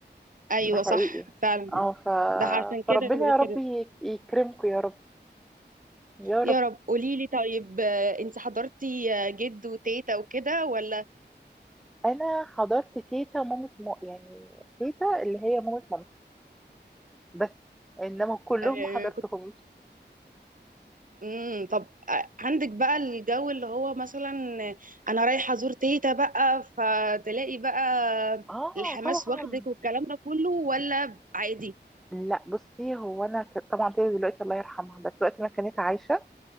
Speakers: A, on the right (about 50°); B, in the centre.
A: ايوه
B: ده حقيقي
A: صح فعلا
B: اه ف...
A: ده عشان
B: فربنا
A: كده بقول
B: يا رب
A: كده
B: يك- يكرمكم يا رب يا
A: يا
B: رب
A: رب قولي لي طيب آه، انت حضرتي آه، جد وتيتا وكده ولا
B: انا حضرت تيتا مامة مو يعني تيتا اللي هي مامة مامتي بس انما كلهم
A: آه،
B: ما حضرتهمش
A: كنت امم طب آه، عندك بقى الجو اللي هو مثلا آه، انا رايحه ازور تيتا بقى فتلاقي بقى
B: اه
A: الحماس
B: طبعا
A: واخدك والكلام ده كله ولا عادي
B: لا بصي هو انا ك- طبعا تيتا دلوقتي الله يرحمها بس وقت ما كانت عايشه